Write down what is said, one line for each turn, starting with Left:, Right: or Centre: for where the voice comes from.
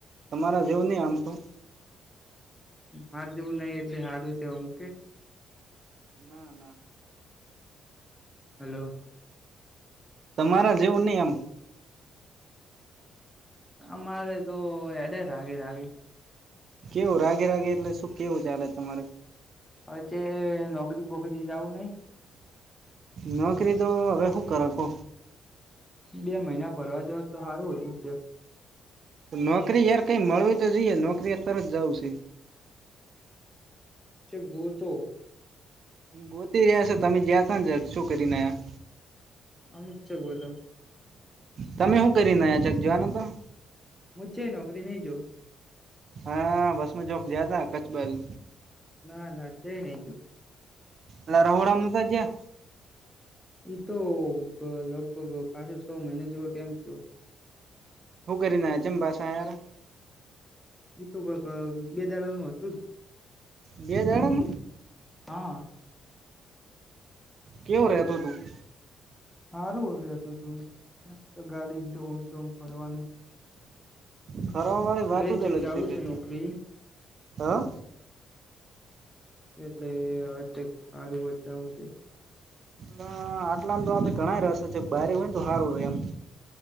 Right: તમારા જેવું નહી આમ તો-
Centre: માર જેવું નઈ એટલે સારું છે એવુ કે-
Right: ના ના <inaudible>
Centre: હલો-
Right: તમારા જેવું નહી એમ-
Centre: આ મારે તો એડે રાાગી રાગી?
Right: કેવું રાગે રાગે એટલે શું કેવું ચ્યાલે તમારે-
Centre: હવે તે નોકરી બોકરી જવું નઈ?
Right: નકરી તો હવે શું કર કો?
Centre: બે મહિના ભરવા જાવ તો સારું હતું છે.
Right: નોકરી યાર કઈ મળવી તો જઈએ નોકરી યાર તરત જાવું છે.
Centre: ગ તો-
Right: ગોતી રહ્યા છો તમે જયા ત ને જ શું કરીનેયા-
Centre: અમિત છે બોલો-
Right: તમે શું કરી નાયા ચક જોવાનો તો-
Centre: મુું છે નોકરી નઈ જો-
Right: હા બસમાં જોક જયા ત કચ્છ બાજુ
Centre: ના ના તે નઈ જો-
Right: એટ રોડમને તો જે-
Centre: તો લગભગ ખચો છ મહિના જેલો ટેમ છે.
Right: હું કરી આયા ચેમા પાછા આયા
Centre: એ તો બેદારનુંું હતું જ,
Right: બે જાડ ન
Centre: હા
Right: કેવો રતો તું-
Centre: સારું હતું તું મસ્ત ગાડી ઓમથી ઓમ ફરવાનું-
Right: ફર વાળી વાત
Centre: હવે
Right: જ
Centre: ચેક
Right: અલગ
Centre: જવું
Right: છે કઈ
Centre: નોકરી
Right: હ-
Centre: એટલે હવે સારું જવું છે.
Right: હ આટલામ તો આપડે ઘણાાય રસ્ છે બારે હોય ને તો સારું રે એમ